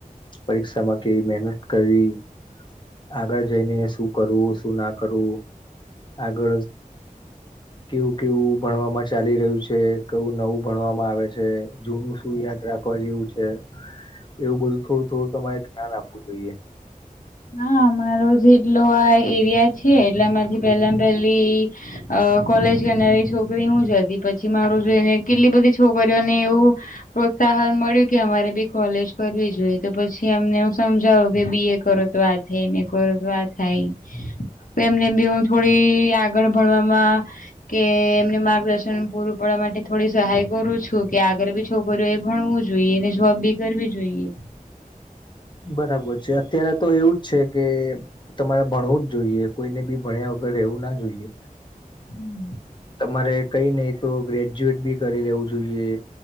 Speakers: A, on the left; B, on the left.
A: પરીક્ષામાં કેવી મહેનત કરવી. આગળ જઈને શું કરવું શું ના કરવું આગળ.
B: હ.
A: કેવું કેવું ભણવામાં ચાલી રહ્યું છે કેવું નવું ભણવામાં આવે છે જૂનું શું યાદ રાખ. વા જેવું છે એવું બધું થોડું થોડું તમારે જ્ઞાન આપવું જોઈએ.
B: હા અમારો જેટલો આ એરિયા છે એટલામાંથી પેલા પહેલી. અ કોલેજ કરનારી છોકરી હું જ હતી પછી મારું જોઈને કેટલી બધી છોકરીઓને એવું. પ્રોત્સાહન મળ્યું કે અમારે બી કોલેજ કરવી જોઈએ તો પછી અમને એું સમજાવું કે બી એ કરો. થઈ ને ગરતવા થાય. તો એમને બી હું થોડી આગળ ભણવામાં. કે એમને માર્ગદર્શન પૂરું પાડવા માટે થોડી સહાય કરું છું કે આગળ બી. છોકરીઓ એ ભણવું જોઈએ ને જોવાબ બી કરવી જોઈએ.
A: બરાબર છે અત્યારે તો એવું જ છે કે. તમારે ભણવું જ જોઈએ કોઈને બી ભણ્યા વગર રહેવું ના જોઈએ.
B: હમ.
A: તમારે કઈ નહીિ તો ગ્રેજ્યુએટ બી કરી લેવું જોઈએ.